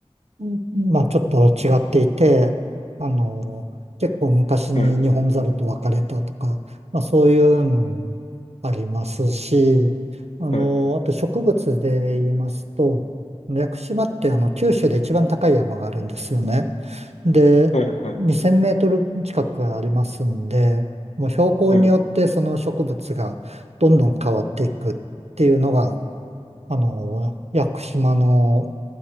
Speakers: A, on the right; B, on the left.
A: うんまあちょっと違っていて、あの、結構昔にニホンザルと別れたとか、
B: はい、
A: まあそういうのもありますし、あの、
B: はい、
A: あと植物で言いますと、屋久島ってあの九州で一番高い山があるんですよね。で、
B: はい、はい。
A: 2000メートル近くありますんで、もう標高によってその植物がどんどん変わっていくっていうのが、
B: はい
A: あの、屋久島の